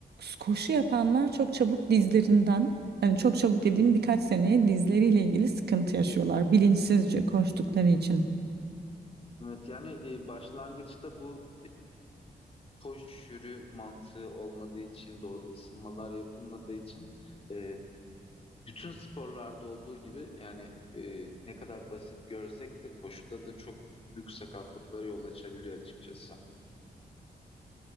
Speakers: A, on the right (about 75°); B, on the left (about 35°).
A: Koşu yapanlar çok çabuk dizlerinden, hani çok çabuk dediğim birkaç seneye dizleriyle ilgili sıkıntı yaşıyorlar bilinçsizce koştukları için.
B: evet yani e, başlangıçta bu koş yürü mantığı olmadığı için doğru ısınmalar yapılmadığı için e, bütün sporlarda olduğu gibi yani e, ne kadar basit görsek de koşuda da çok büyük sakatlıklara yol açabiliyor açıkçası.